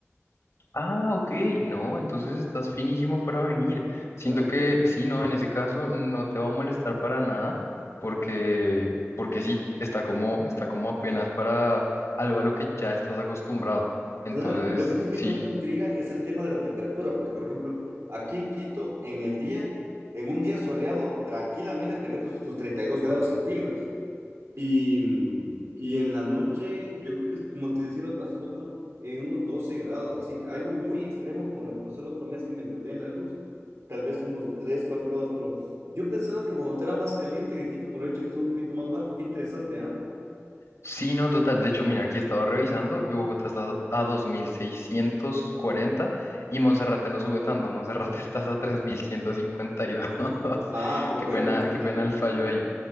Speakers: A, on the left; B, on the right.
A: Ah, ok, no, entonces estás finísimo para venir. Siento
B: Ajá.
A: que sí, no, en ese caso no te va a molestar para nada porque, porque sí, está como, está como apenas para algo a lo que ya estás acostumbrado. Entonces,
B: Claro, lo que sí
A: sí,
B: me causa intriga es el tema de la temperatura, porque, por ejemplo, aquí en Quito, en el día, en un día soleado, tranquilamente te metes tus 32 grados centígrados. Y, mm, y en la noche, yo creo que, es, como te decía hace rato, en unos 12 grados, así, algo muy extremo como lo que pasó el otro mes que me endeudé en la luz, tal vez unos 3 4 grados, pero yo pensaba que Bogotá era más caliente que Quito, por el hecho que es un poquito más bajo, qué interesante, ¿ah?
A: Sí, no, total. De hecho, mira, aquí estaba revisando y Bogotá está a 2.640 y Monserrate no sube tanto. Monserrate <laughs> está a 3.152. <laughs>
B: Ah, pero
A: Qué
B: bueno,
A: pena,
B: igual está
A: qué
B: alto,
A: pena el
B: pues,
A: fallo
B: loco.
A: ahí.